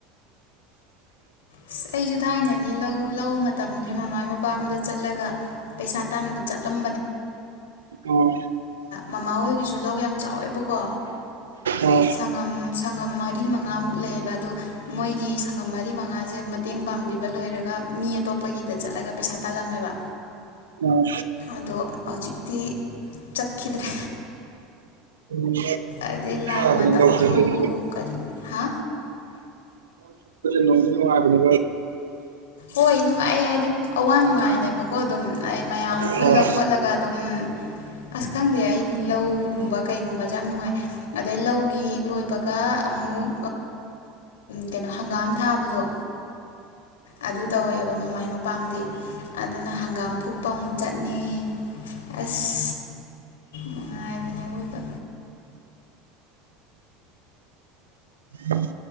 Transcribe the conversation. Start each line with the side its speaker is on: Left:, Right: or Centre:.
Left: ꯑꯁ ꯑꯩꯁꯨ ꯊꯥꯏꯅꯗꯤ ꯂꯧ ꯂꯧ ꯃꯇꯝꯁꯦ ꯃꯃꯥ ꯃꯄꯥꯝꯗ ꯆꯠꯂꯒ ꯄꯩꯁꯥ ꯇꯥꯟꯕ ꯆꯠꯂꯝ
Right: ꯑꯥ
Left: ꯃꯃꯥ ꯍꯣꯏꯒꯤꯁꯨ ꯂꯧ ꯌꯥꯝ ꯆꯥꯎꯋꯦꯕꯀꯣ
Right: ꯑꯥ
Left: ꯁꯪꯒꯝ ꯁꯪꯒꯝ ꯃꯔꯤ ꯃꯉꯥꯃꯨꯛ ꯂꯩꯌꯦꯕ ꯑꯣ ꯃꯣꯏꯒꯤ ꯁꯪꯒꯝ ꯃꯔꯤ ꯃꯉꯥꯁꯦ ꯃꯇꯦꯡ ꯄꯥꯡꯕꯤꯕ ꯂꯣꯏꯔꯒ ꯃꯤ ꯑꯇꯣꯞꯄꯒꯤꯗ ꯆꯠꯂꯒ ꯄꯩꯁꯥ ꯇꯥꯜꯂꯝꯃꯦꯕ
Right: ꯑꯥ
Left: ꯑꯗꯣ ꯍꯧꯖꯤꯛꯇꯤ ꯆꯠꯈꯤꯗ꯭ꯔꯦ
Right: ꯎꯝ
Left: ꯑꯗꯩ ꯂꯥꯟ
Right: ꯑꯗꯨꯝ
Left: ꯃꯇꯝꯁꯨ
Right: ꯅꯨꯡꯉꯥꯏꯕꯅꯦ ꯂꯧ ꯆꯠꯄꯁꯦ
Left: ꯀꯔꯤ ꯍꯥ
Right: ꯅꯣꯡꯒꯅꯤ
Left: ꯍꯣꯏ ꯅꯨꯡꯉꯥꯏ ꯀ ꯍꯥꯏꯗꯤ ꯑꯋꯥ ꯅꯨꯡꯉꯥꯏꯅꯦꯕꯀꯣ ꯑꯗꯨꯝ ꯑꯩ ꯃꯌꯥꯝ ꯄꯨꯜꯂ
Right: ꯍꯣꯏ
Left: ꯈꯣꯠꯂꯒ ꯑꯗꯨꯝ ꯑꯁ ꯈꯪꯗꯦ ꯑꯩꯗꯤ ꯂꯧꯒꯨꯝꯕ ꯀꯩꯒꯨꯝꯕꯁꯦ ꯌꯥꯝ ꯅꯨꯡꯉꯥꯏ ꯑꯗꯩ ꯂꯧꯒꯤ ꯍꯦꯛ ꯂꯣꯏꯕꯒ ꯑꯃꯨꯛ ꯀꯩꯅꯣ ꯍꯪꯒꯥꯝ ꯊꯥꯕꯗꯣ ꯑꯗꯨ ꯇꯧꯋꯦꯕ ꯃꯃꯥꯏ ꯃꯄꯥꯝꯗꯤ ꯑꯗꯨꯅ ꯍꯪꯒꯥꯝ ꯐꯨꯛꯄ ꯑꯃꯨꯛ ꯆꯠꯅꯤ ꯑꯁ ꯅꯨꯡꯉꯥꯏꯕꯅꯦ ꯑꯋꯣꯏꯕ
Right: ꯎꯝ